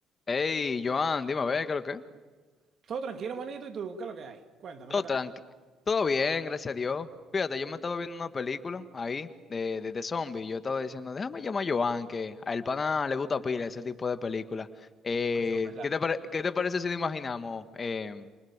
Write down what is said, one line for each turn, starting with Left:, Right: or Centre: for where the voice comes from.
Left: Hey, Joan, dime a ver, ¿qué es lo que?
Right: Todo tranquilo, manito. ¿Y tú qué es lo que hay? Cuéntame,
Left: Todo
Right: ¿qué tal?
Left: tranqui. Todo bien, gracias a Dios. Fíjate, yo me estaba viendo una película ahí de, de, de zombies. Yo estaba diciendo, déjame llamar a Joan, que a el pana le gusta pila ese tipo de película. Eh,
Right: Mucho, en ¿verdad?
Left: ¿qué te pare- qué te parece si nos imaginamos eh,